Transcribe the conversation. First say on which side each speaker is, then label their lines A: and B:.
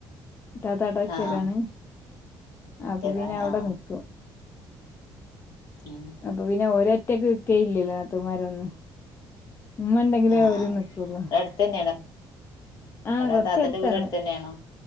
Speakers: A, on the left; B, on the left.
A: ഇത്താത്ത അവടെ ഒറ്റക്കാണ്
B: ആ ആ ഒറ്റക്കാ
A: അപ്പൊ പിന്നെ അവിടെ
B: ആ
A: ന്നിക്കും.
B: ഉം
A: അപ്പൊ പിന്നെ ഓര് ഒറ്റക്ക് ന്നിക്കേയില്ലല്ലോ ന്നാത്തൂമാരൊന്നും ഉമ്മ ഇണ്ടെങ്കിലേ
B: ആ
A: അവര്
B: ആ
A: ന്നിക്കുക
B: അവിടെ അടുത്ത് തന്നെയാണോ
A: ആഹ്
B: അവിടെ
A: കൊറച്ചടുത്താണ്
B: താത്തന്റെ വീട് അടുത്ത് തന്നെയാണോ